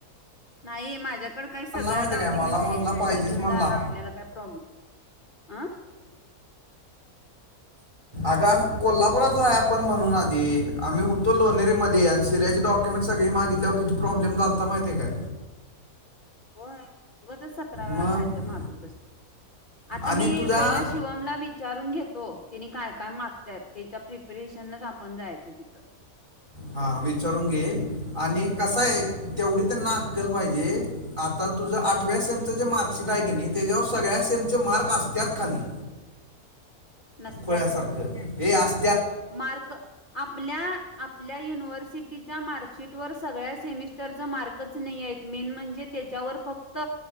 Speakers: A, on the left; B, on the right.
A: नाही माझ्याकड काही सगळ
B: माहिती
A: डॉक्युमेंटस
B: आहे काय मला म्हणला
A: आहेत चोड
B: पाहिजेच
A: घेऊन
B: म्हणला
A: जायला आपल्याला काय प्रॉब्लेम आ.
B: अग कोल्हापुरात आहे आपण म्हणून आधी आम्ही उत्तर लोनेरेमध्येध्ये शिरा्याचे डॉक्युमेंट सग मागितल्या किती प्रॉब्लेम लता माहिती आहे काय?
A: हो उगचच सतरा वेळा
B: मग
A: काय तर मागत बस. आता
B: आणि
A: मी
B: तुझा
A: वेला शिवमला विचारून घेतो त्यांनी काय? काय मागत त्याच्या प्रिपरेशनच आपण जायचं तिथं.
B: हा विचारून घे आणि कस आहे तेवढी तर नाकल पाहिजे आता तुझं आठव्या सेमचं जे मार्कशिट आहे की नाही त्याच्यावर सगळ्या सेमचे मार्क असत खाली
A: नसत्यात
B: खोळ्यासारखं हे अस.
A: मार्क आपल्या आपल्या युनिव्हर्सिटीच्या मार्कशीट वर सगळ्या सेमिस्टरच मार्कच नाही आहेत मेन म्हणजे ते त्याच्यावर फक्त